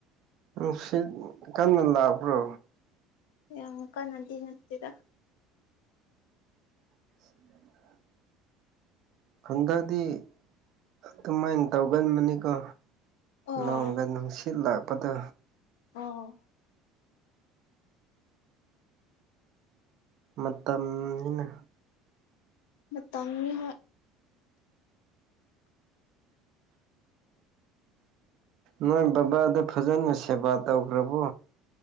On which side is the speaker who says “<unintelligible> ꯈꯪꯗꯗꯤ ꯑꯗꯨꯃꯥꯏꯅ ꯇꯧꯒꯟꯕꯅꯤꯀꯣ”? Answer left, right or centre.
Right